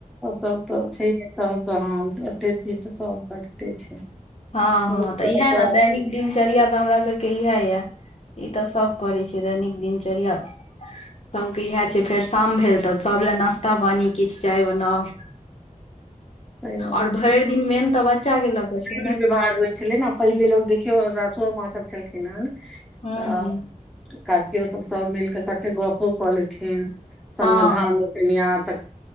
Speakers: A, in the centre; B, on the left.
A: ओ सब तऽ छैय हे सभके हँ एते छी तऽ सब करिते छै
B: हँ हँ
A: हमरो सबके
B: तऽ इएह
A: बचाव
B: ने दैनिक दिनचर्या तऽ हमरा सबके इएह यऽ ई तऽ सब करे छै दैनिक दिनचर्या सभके इएह छै फेर शाम भेल तऽ सभ लए नाश्ता पानी किछ चाय बनाउ
A: सही बात
B: ओर भैर दिन मेन तऽ बच्चा के लऽ के छै
A: विध
B: ने
A: व्यवहार होइ छलै ने पहिले लोक देखियौ सासुओ माँसभ छलखिन हेन
B: ह
A: तऽ काकियो सब सब मिल कऽ कते गपो कऽ लेथिन संगे
B: हँ
A: धान उसेनिया त